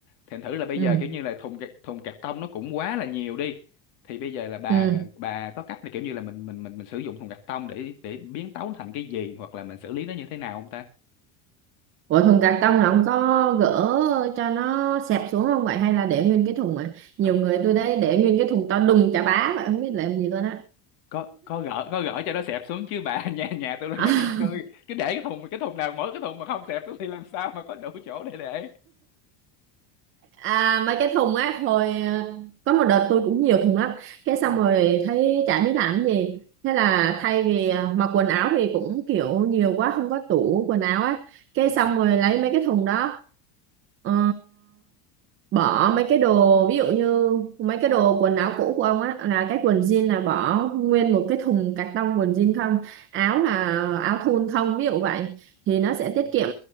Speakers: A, on the left; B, on the right.
A: thành thử là bây
B: ừ
A: giờ kiểu như là thùng cạc- thùng cạc tông nó cũng quá là nhiều đi thì bây giờ là bà
B: ừ
A: bà có cách là kiểu như là mình mình mình mình sử dụng thùng cắt tông để để biến tấu thành cái gì hoặc là mình xử lý nó như thế nào không ta
B: Ủa thùng cạc tông là ông có gỡ cho nó xẹp xuống không vậy hay là để nguyên cái thùng à? Nhiều
A: có
B: người tôi đây để nguyên cái thùng to đùng chà bá vậy không biết làm gì luôn
A: có, có gỡ có gỡ cho nó xẹp xuống chứ bà <laughs> nhà nhà tôi là nhà
B: á.
A: chung cư cứ để cái thùng cái thùng nào mỗi cái thùng mà không xẹp xuống thì làm sao mà có đủ chỗ để để
B: À, mấy cái thùng á hồi ờ, có một đợt tôi cũng nhiều thùng lắm cái xong
A: ừ
B: rồi thấy chả biết làm cái gì thế là thay vì ờ, mặc quần áo thì cũng kiểu nhiều quá không có tủ quần áo á cái
A: ừ
B: xong rồi lấy mấy cái thùng đó ờ, bỏ mấy cái đồ ví dụ như mấy cái đồ quần áo cũ của ông á là cái quần jean là bỏ nguyên một cái thùng cạc tông quần jean không áo là áo thun không ví dụ vậy thì nó sẽ
A: ừ
B: tiết kiệm